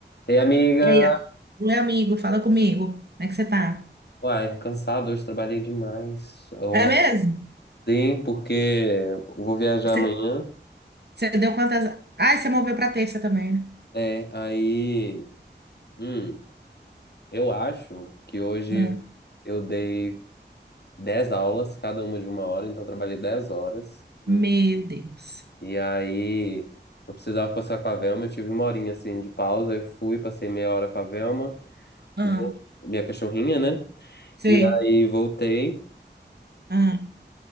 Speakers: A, on the left; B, on the right.
A: Ei, amiga!
B: E aí, ó, oi amigo, fala comigo. Como é que você tá?
A: Uai, cansado, hoje trabalhei demais. Eu-
B: É mesmo?
A: Sim, porque eu vou viajar
B: Você,
A: amanhã.
B: você deu quantas? Ai, você moveu pra terça também, né?
A: É, aí. hum, eu acho que hoje
B: Hum,
A: eu dei 10 aulas, cada uma de uma hora, então eu trabalhei 10 horas. Hum,
B: Meu Deus.
A: E aí eu precisava passar com a Velma, eu tive uma horinha assim de pausa, eu fui, passei meia hora com a Velma,
B: Ah,
A: vol- minha cachorrinha, né?
B: sei,
A: E aí voltei.
B: ah,